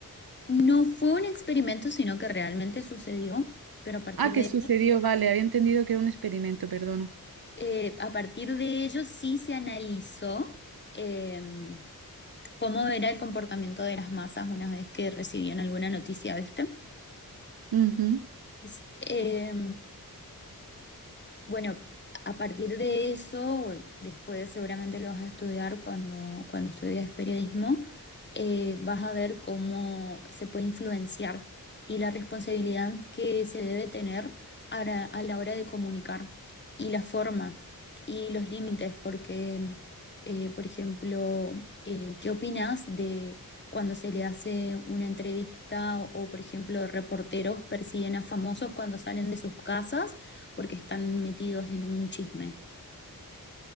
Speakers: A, on the left; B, on the right.
A: No fue un experimento, sino que realmente sucedió, pero a partir
B: Ah, que
A: de
B: sucedió,
A: ello,
B: vale, había entendido que era un experimento, perdona.
A: eh, a partir de ello sí se analizó eh, cómo era el comportamiento de las masas una vez que recibían alguna noticia, ¿viste?
B: Ujú.
A: Entonces, eh, Bueno, a partir de eso, después seguramente lo vas a estudiar cuando, cuando estudias periodismo, eh, vas a ver cómo se puede influenciar y la responsabilidad que se debe tener a la, a la hora de comunicar y la forma y los límites, porque, eh, por ejemplo, eh, ¿qué opinas de cuando se le hace una entrevista o, por ejemplo, reporteros persiguen a famosos cuando salen de sus casas? porque están metidos en un chisme.